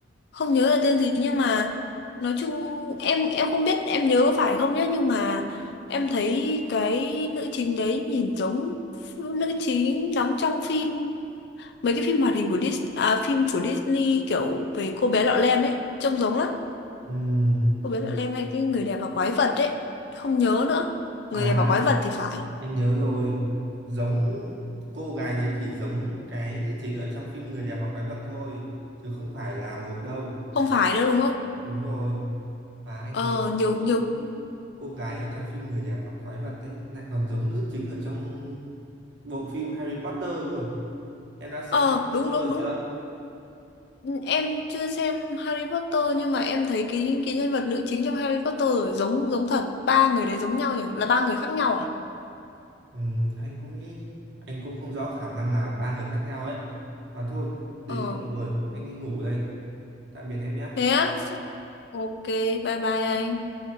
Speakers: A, on the left; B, on the right.
A: không nhớ là tên gì nhưng mà nói chung em em không biết em nhớ có phải không nhé nhưng mà em thấy cái nữ chính đấy nhìn giống nữ chính đóng trong phim mấy cái phim hoạt hình của Disney à, phim của Disney kiểu về cô bé Lọ Lem ấy trông giống lắm
B: ừ.
A: cô bé Lọ Lem hay cái người đẹp và quái vật ấy không nhớ nữa người
B: à
A: đẹp và quái vật thì phải
B: anh nhớ rồi giống cô gái đấy chỉ giống cái nữ chính ở trong phim Người đẹp và quái vật thôi chứ không phải là một đâu
A: không phải nữa đúng không
B: đúng rồi và anh
A: ờ
B: thấy
A: nhiều
B: cô
A: nhiều
B: cô gái ở trong phim Người đẹp và quái vật ấy lại còn giống nữ chính ở trong bộ phim Harry Potter cơ em đã xem
A: ờ
B: Harry
A: đúng đúng
B: Potter
A: đúng
B: chưa
A: Ừ, em chưa xem Harry Potter nhưng mà em thấy cái cái nhân vật nữ chính trong Harry Potter rồi giống giống thật ba người đấy giống nhau nhỉ là ba người khác nhau à
B: ừ, anh cũng nghĩ anh cũng không rõ khả năng là ba người khác nhau ấy mà thôi đến
A: ờ
B: giờ rồi anh đi ngủ đây tạm biệt em nhé
A: thế á ok bye bye anh